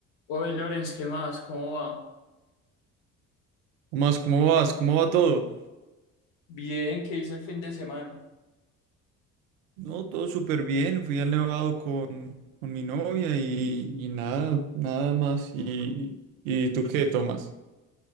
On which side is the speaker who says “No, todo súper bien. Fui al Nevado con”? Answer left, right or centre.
Right